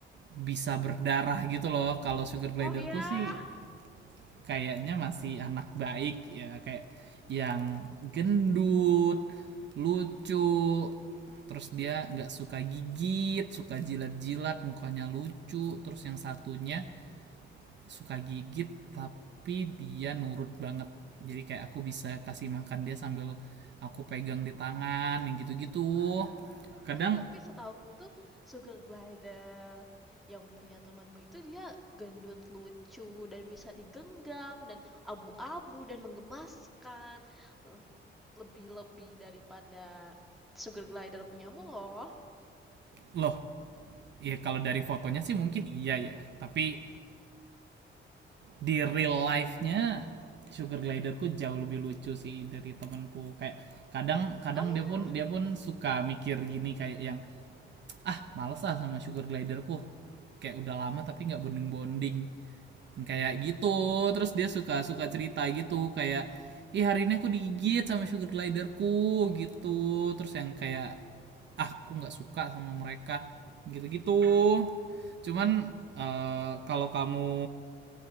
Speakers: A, on the right; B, in the centre.
A: bisa berdarah gitu loh kalau sugar gliderku
B: Oh ya?
A: sih kayaknya masih anak baik ya kayak yang gendut lucu terus dia nggak suka gigit suka jilat-jilat mukanya lucu terus yang satunya suka gigit tapi dia nurut banget jadi kayak aku bisa kasih makan dia sambil aku pegang di tangan yang gitu-gitu kadang
B: Oh ya, tapi setahuku tuh Sugar Glider yang punya temanmu itu dia gendut lucu dan bisa digenggam dan abu-abu dan menggemaskan. Eh, Lebih-lebih daripada Sugar Glider punyamu loh.
A: loh ya kalau dari fotonya sih mungkin iya ya tapi di real life-nya sugar gliderku jauh lebih lucu sih dari temanku kayak kadang kadang
B: Oh ya.
A: dia pun dia pun suka mikir gini kayak yang ah males ah sama sugar gliderku kayak udah lama tapi nggak bonding bonding kayak gitu terus dia suka suka cerita gitu kayak ih hari ini aku digigit sama sugar gliderku gitu terus yang kayak ah aku nggak suka sama mereka gitu-gitu cuman eh, kalau kamu